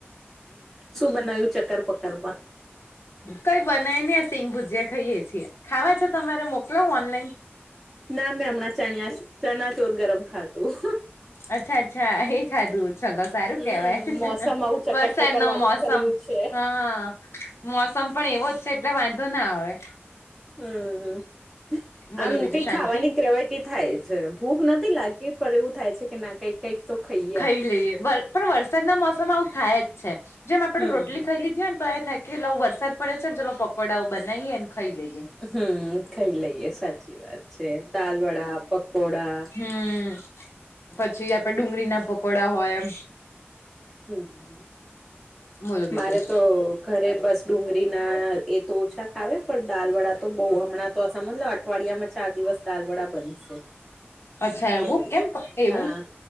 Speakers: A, in the centre; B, on the left.
A: શું બનાવ્યું ચક્કર પકર માં.
B: કઈ બનાયને આ સિંગ ભુજીિયા ખાઈએ છીએ ખાવા છે તમારે મોકલાવ ઓનલાઈન.
A: ના મેં હમણાં ચણ ચણા ચોર ગરમ ખાધું.
B: અચ્છા અચ્છા એ ખાધું ચલો સારું
A: હમ
B: કેવાય
A: મોસમ આવું ચક્કર
B: વરસાદ
A: પક્કર
B: નો
A: વાળું
B: મોસમ.
A: થયું છે
B: હા મોસમ પણ એવો જ છે એટલે વાંધો ના આવે.
A: હમ
B: બોલો
A: આમ
B: બીજું
A: ક
B: શાંતિ
A: ખાવાની ગ્રેવટી થાય છે ભૂખ નથી લાગતી પણ એવું થાય છે કે ના કઈ કંઈ તો ખાઈ
B: ખાઈ લઈએ પણ વરસાદના મોસમમાં આવું થાય જ છે જેમ આપડે
A: હમ
B: રોટલી ખાઈ લીધી હો ને તો એ થાય. કેટ લ વરસાદ પડે છે ને તોલો પકોડા બનાવીએ ને ખાઈ લઈએ
A: હમ્મ ખાઈ લઈએ સાચી વાત છે દાલ વડા પકોડા
B: હમ્મ પછી આપડ ડુંગળીના પકોડા હોય.
A: હમ્મ
B: બોલો બીજું
A: મારે તો ઘરે બસ ડુંગળી ના એ તો ઓછા ખાવે પણ દાલ વડા તો બહુ હમણાં તો સમ મજલ અઠવાડિયામાં ચાર દિવસ દાલ વડા બનશે.
B: <inaudible>
A: એવું
B: કેમ એવું
A: હા